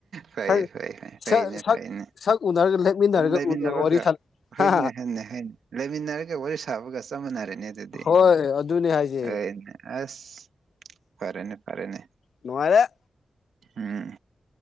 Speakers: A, on the right; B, on the left.
A: ꯐꯩ
B: ꯁꯛ
A: ꯐꯩ ꯐꯩ ꯐꯩꯅꯦ
B: ꯁꯛ
A: ꯐꯩꯅꯦ
B: ꯁꯛ ꯎꯅꯔꯒ ꯂꯦꯞꯃꯤꯟꯅꯔꯒ
A: ꯂꯩꯃꯤꯟꯅꯕꯒ
B: ꯋꯥꯔꯤ ꯁꯥ
A: ꯍꯣꯏꯅꯦ
B: ꯍꯥ
A: ꯍꯅꯤ ꯍꯅꯤ ꯂꯩꯃꯤꯟꯅꯔꯒ ꯋꯥꯔꯤ ꯁꯥꯕꯒ ꯆꯞꯃꯤꯅꯔꯅꯦ ꯑꯗꯨꯗꯤ
B: ꯍꯣꯏ ꯑꯗꯨꯅꯦ ꯍꯥꯏꯁꯦ
A: ꯐꯔꯦꯅꯦ ꯑꯁ ꯐꯔꯦꯅꯦ ꯐꯔꯦꯅꯦ
B: ꯅꯦ
A: ꯎꯝ